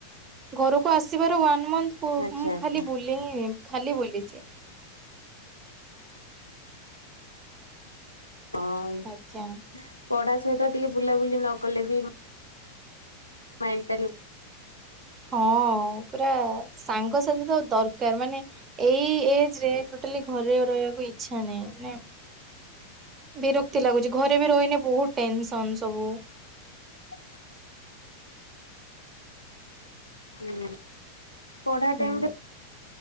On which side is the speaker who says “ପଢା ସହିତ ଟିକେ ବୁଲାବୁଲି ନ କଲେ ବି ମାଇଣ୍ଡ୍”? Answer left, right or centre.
Left